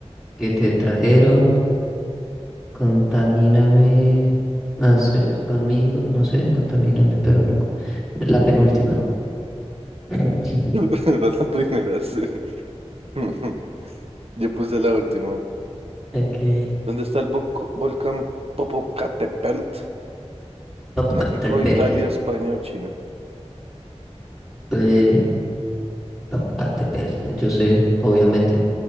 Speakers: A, in the centre; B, on the right (about 60°).
A: que te trajeron. Contamíname más que conmigo. No sé, contamíname, pero no. La penúltima. <laughs>
B: <laughs> Era la primera, sí. <laughs> Yo puse la última.
A: Ok.
B: ¿Dónde está el boc- volcán Popocatépetl?
A: Popocatépetl,
B: México, Italia, España o China.
A: eh, Popocatépetl, Yo sé, obviamente.